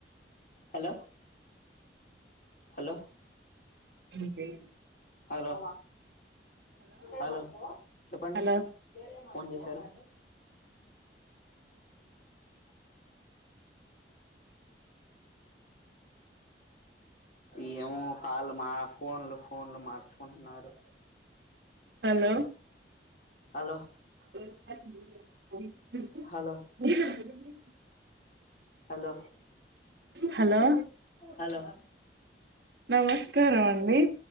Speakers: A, on the left (about 50°); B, on the right (about 60°).
A: హలో హలో
B: నీకే
A: హలో హలో చెప్పండి
B: హలో
A: ఫోన్ చేశారు ఇయము కాళ్లు మా ఫోన్లు ఫోన్లు మాట్ కుంటున్నారు
B: హలో
A: హలో
B: ఏం చేస్తుంది ఉంది హుహు
A: హలో
B: మీద ఎవరు పెట్టిరు
A: హలో
B: హలో
A: హలో
B: నమస్కారం అండి